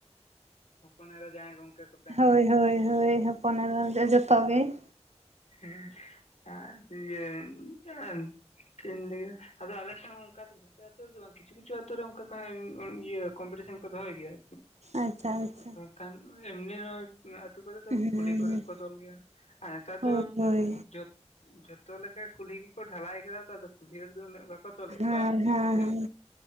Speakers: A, on the left; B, on the right.
A: ᱦᱚᱯᱚᱱᱮᱨᱟ ᱡᱟᱣᱟᱭ ᱜᱚᱝᱠᱮ ᱠᱚ᱾
B: ᱦᱳᱭ ᱦᱳᱭ ᱦᱳᱭ ᱦᱚᱯᱚᱱ ᱮᱨᱟ ᱡᱚᱛᱚ ᱜᱮ ᱾
A: ᱦᱮᱸ ᱮᱸ ᱤᱭᱟᱹ ᱮᱸ ᱪᱮᱜ ᱮᱢ ᱞᱟ. ᱭ ᱠᱮᱫᱟ ᱟᱫᱚ ᱟᱞᱮ ᱥᱮᱜ ᱦᱚᱸ ᱚᱱᱠᱟ ᱡᱷᱚᱛᱚ ᱟᱛᱳ ᱨᱮᱫᱚ ᱵᱟᱝ ᱠᱤᱪᱷᱩ ᱠᱤᱪᱷᱩ ᱟᱛᱳ ᱨᱮ ᱚᱱᱠᱟ ᱠᱟᱸᱧ ᱤᱭᱟ. ᱠᱚᱢᱯᱤᱴᱤᱥᱚᱱ ᱠᱚ ᱫᱚᱦᱚᱭ ᱜᱮᱭᱟ᱾
B: ᱟᱪᱪᱷᱟ ᱟᱪᱪᱷᱟ᱾
A: ᱠᱷᱟᱱ ᱮᱢᱱᱤ ᱨᱮᱦᱚᱸ ᱟᱹᱛᱩ ᱠᱚᱨᱮ ᱫᱚ
B: ᱦᱩᱸ
A: ᱠᱩᱞᱦᱤ ᱠᱚᱨᱮ ᱠᱚ ᱛᱚᱞ ᱜᱮᱭᱟ ᱟᱨ ᱱᱮᱛᱟᱨ
B: ᱦᱳᱭ
A: ᱫᱚ
B: ᱦᱳᱭ
A: ᱡᱚᱛ ᱡᱚᱛᱚ ᱞᱮᱠᱟ ᱠᱩᱞᱦᱤ ᱜᱮᱠᱚ ᱰᱷᱟᱞᱟᱭ ᱠᱟᱫᱟ ᱛᱚ ᱟᱫᱚ ᱠᱩᱞᱦᱤ ᱨᱮᱫᱚ ᱩᱱᱟᱹᱜ ᱵᱟᱠ ᱠᱚ ᱛᱚᱞᱮᱜ
B: ᱦᱮᱸ
A: ᱠᱚᱣᱟ
B: ᱦᱮᱸ
A: ᱱᱮ
B: ᱦᱮᱸ